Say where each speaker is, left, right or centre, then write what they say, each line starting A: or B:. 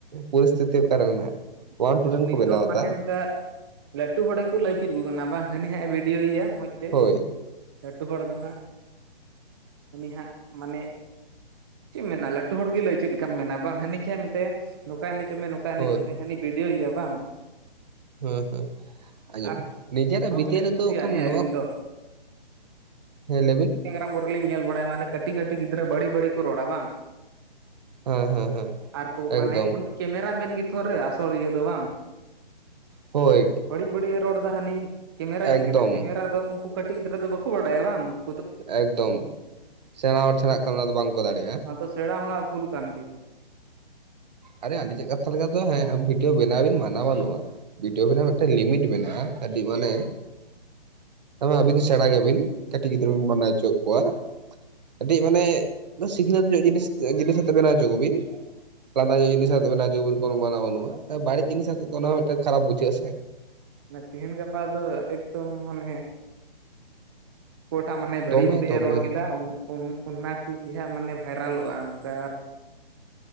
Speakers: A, on the right (about 45°); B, on the right (about 25°).
A: ᱯᱚᱨᱤᱥᱛᱷᱤᱛᱤ ᱚᱠᱟᱨᱮ ᱢᱮᱱᱟᱜᱼᱟ᱾ ᱚᱣᱟᱱ ᱴᱩ ᱨᱮᱱ
B: ᱱᱤᱛᱚᱜ
A: ᱠᱚ ᱵᱮᱱᱟᱣ ᱮᱫᱟ
B: ᱢᱟᱱᱮ ᱚᱱᱠᱟ ᱞᱟᱹᱴᱩ ᱦᱚᱲ ᱜᱮᱠᱚ ᱞᱟᱹᱭ ᱪᱮᱫ ᱟᱠᱚ ᱠᱟᱱᱟ ᱵᱟᱝ ᱦᱟᱹᱱᱤ ᱦᱟᱸᱜ ᱮ ᱵᱷᱤᱰᱤᱭᱳᱮᱭᱟ ᱢᱚᱡᱽ ᱛᱮ᱾
A: ᱦᱳᱭ
B: ᱞᱟᱹᱴᱩ ᱦᱚᱲ ᱫᱚ ᱦᱟᱸᱜ ᱦᱟᱱᱤ ᱦᱟᱸᱜ ᱢᱟᱱᱮ ᱪᱮᱫ ᱮᱢ ᱢᱮᱱᱟ ᱞᱟᱹᱴ ᱴᱩ ᱦᱚᱲ ᱜᱮ ᱞᱟᱹᱭ ᱪᱮᱫ ᱞᱮᱠᱟᱢ ᱢᱮᱱᱟ ᱵᱟᱝ᱾ ᱦᱟᱹᱱᱤ ᱜᱮ ᱦᱟᱸᱜ ᱢᱮᱛᱟᱭ ᱱᱚᱝᱠᱟ ᱮᱱᱮᱡᱚᱜ ᱢᱮ ᱱᱚᱝᱠᱟ ᱮᱱᱮᱡᱚᱜ
A: ᱦᱳᱭ
B: ᱢᱮ᱾ ᱦᱟᱹᱱᱤ ᱵᱷᱤᱰᱭᱳᱮᱭᱟ ᱵᱟᱝ᱾
A: ᱦᱩᱸ ᱦᱩᱸ᱾ ᱟᱸᱡᱚᱢᱤᱱ
B: ᱟᱨ
A: ᱱᱤᱡᱮᱨᱟᱜ
B: ᱱᱚᱣᱟ
A: ᱵᱤᱫᱟᱹ
B: ᱵᱟᱹᱞᱤᱧ
A: ᱨᱮᱫᱚ
B: ᱠᱩᱥᱤᱭᱟᱜᱼᱟ
A: ᱟᱠᱷᱟᱱ
B: ᱦᱮᱸ
A: ᱱᱚᱣᱟ
B: ᱟᱹᱞᱤᱧ
A: ᱠᱚ
B: ᱫᱚ
A: ᱦᱮᱸ ᱞᱟᱹᱭᱵᱤᱱ᱾
B: ᱜᱨᱟᱢ ᱠᱚᱨᱮᱞᱤᱧ ᱧᱮᱞ ᱵᱟᱲᱟᱭᱟ ᱢᱟᱱᱮ ᱠᱟᱹᱴᱤᱡ ᱠᱟᱹᱴᱤᱡ ᱜᱤᱫᱽᱨᱟᱹ ᱵᱟᱹᱲᱤᱡ ᱵᱟᱹᱲᱤᱡ ᱠᱚ ᱨᱚᱲᱟ ᱵᱟᱝ?
A: ᱦᱮᱸ ᱦᱮᱸ ᱦᱮᱸ
B: ᱟᱨ ᱠᱚ
A: ᱮᱠᱫᱚᱢ
B: ᱢᱟᱱᱮ ᱩᱱᱤ ᱠᱮᱢᱮᱨᱟ ᱢᱮᱱ ᱜᱮᱛᱷᱚ ᱨᱮ ᱟᱥᱚᱞ ᱤᱭᱟᱹ ᱫᱚ ᱵᱟᱝ᱾
A: ᱦᱳᱭ᱾
B: ᱵᱟᱹᱲᱤᱡ ᱵᱟᱹᱲᱤᱡ ᱮ ᱨᱚᱲᱫᱟ ᱦᱟᱹᱱᱤ ᱠᱮᱢᱮᱨᱟ ᱤᱫᱤ
A: ᱮᱠᱫᱚᱢ
B: ᱠᱟᱱᱟ, ᱠᱮᱢᱮᱨᱟ ᱫᱚ ᱩᱱᱠᱩ ᱠᱟᱹᱴᱤᱡ ᱜᱤᱫᱽᱨᱟᱹ ᱫᱚ ᱵᱟᱠᱚ ᱵᱟᱰᱟᱭᱟ ᱵᱟᱝ ᱾
A: ᱮᱠᱫᱚᱢ ᱥᱮᱬᱟᱸ ᱦᱚᱲ ᱪᱷᱟᱲᱟ ᱦᱟᱜᱠᱷᱚᱱ ᱚᱱᱟ ᱫᱚ ᱵᱟᱝᱠᱚ ᱫᱟᱲᱮᱭᱟᱜᱼᱟ᱾
B: ᱛᱚ ᱥᱮᱬᱟᱸ ᱦᱚᱲᱟᱜ ᱵᱷᱩᱞ᱾ ᱠᱟᱱ ᱜᱮᱭᱟ᱾
A: ᱟᱨᱮ ᱟᱞᱤᱧᱟᱜ ᱠᱟᱛᱷᱟ ᱞᱮᱠᱟ ᱫᱚ ᱦᱮᱸ ᱵᱷᱤᱰᱭᱳ ᱵᱮᱱᱟᱣ ᱵᱤᱱ ᱢᱟᱱᱟ ᱵᱟᱹᱱᱩᱜᱼᱟ, ᱵᱷᱤᱰᱭᱳ ᱵᱮᱱᱟᱣ ᱢᱤᱫᱴᱮᱱ ᱞᱤᱢᱤᱴ ᱢᱮᱱᱟᱜᱼᱟ᱾ ᱾ ᱠᱟᱹᱴᱤᱡ ᱢᱟᱱᱮ ᱟᱹᱵᱤᱱ ᱥᱮᱬᱟ ᱜᱮᱭᱟᱵᱤᱱ ᱠᱟᱹᱴᱤᱡ ᱜᱤᱫᱽᱨᱟᱹ ᱵᱤᱱ ᱵᱟᱱᱟᱣ ᱦᱚᱪᱚᱭᱮᱫ ᱠᱚᱣᱟ ᱾ ᱠᱟᱹᱴᱤᱡ ᱢᱟᱱᱮ ᱥᱤᱠᱷᱱᱟᱹᱛ ᱧᱚᱜ ᱡᱤᱱᱤᱥ ᱡᱤᱱᱤᱥ ᱟᱛᱮ ᱵᱮᱱᱟᱣ ᱦᱚᱪᱚ ᱠᱚᱵᱤᱱ ᱾ ᱞᱟᱸᱫᱟ ᱧᱚᱜ ᱡᱤᱱᱤᱥ ᱟᱛᱮ ᱵᱮᱱᱟᱣ ᱪᱚ ᱠᱚᱵᱤᱱ ᱠᱳᱱᱳ ᱢᱟᱱᱟᱣ ᱵᱟᱹᱱᱩᱜᱼᱟ ᱵᱟᱹᱲᱤᱡ ᱡᱤᱱᱤᱥ ᱟᱛᱮᱫ ᱫᱚ ᱚᱱᱟ ᱦᱚᱸ ᱢᱤᱫᱴᱟᱝ ᱠᱷᱟᱨᱟᱯ ᱵᱩᱡᱷᱟᱹᱜ-ᱟ ᱥᱮ ᱾
B: ᱢᱟᱱᱮ ᱛᱮᱦᱮᱧ ᱜᱟᱯᱟ ᱫᱚ ᱮᱠᱫᱚᱢ ᱢᱟᱱᱮ ᱚᱠᱚᱭᱴᱟᱜ ᱦᱟᱜ ᱢᱟᱱᱮ ᱵᱟᱹᱲᱤᱡ
A: ᱫᱚᱢᱮ
B: ᱵᱟᱹᱲᱤᱡ
A: ᱫᱚᱢᱮ
B: ᱮ ᱨᱚᱲ ᱠᱮᱫᱟ ᱚᱱᱟ ᱠᱚᱜᱮ ᱦᱟᱸᱜ ᱢᱟᱱᱮ ᱵᱷᱟᱭᱨᱟᱞᱚᱜᱼᱟ ᱚᱱᱠᱟ